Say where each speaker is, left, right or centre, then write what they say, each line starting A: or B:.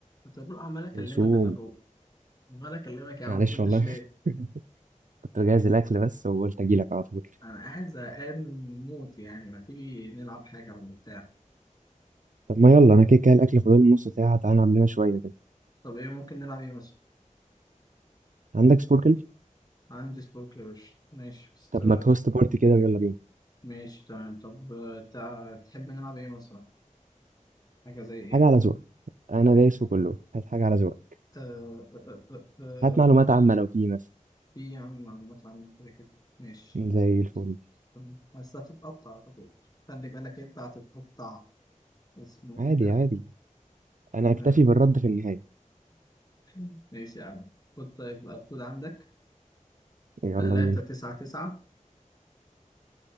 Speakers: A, on the left; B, on the right.
A: يا طارق عمال اكلمك
B: زوم
A: يا طارق عمال اكلمك يا عم
B: معلش
A: ما بتردش
B: والله
A: ليه
B: <laughs> كنت بجهز الاكل بس وقلت اجي لك على طول
A: انا قاعد زهقان موت يعني ما تيجي نلعب حاجه ولا بتاع
B: طب ما يلا انا كده كده الاكل فاضل له نص ساعه تعالى نعمل لنا شويه كده
A: طب ايه ممكن نلعب ايه مثلا
B: عندك سبوركل
A: عندي سبورك يا باشا ماشي بس
B: طب ما تهوست بارتي كده ويلا بينا
A: ماشي تمام طب آه، تع... تحب نلعب ايه مثلا حاجه زي ايه
B: حاجه على ذوقك انا
A: حاجه
B: دايس في كله هات حاجه على ذوقك
A: آه... آه... آه... آه...
B: هات معلومات
A: آه،
B: عامه لو في مثلا
A: في يا عم معلومات عامه كده كده ماشي
B: زي الفل
A: تمام. بس هتتقطع يا طارق خلي بالك انت هتتقطع اسمه
B: عادي
A: ايه ده
B: عادي انا اكتفي
A: آه،
B: بالرد في النهايه
A: <laughs> ماشي يا عم خد طيب الكود عندك
B: يلا
A: تلاتة
B: بينا
A: تسعة تسعة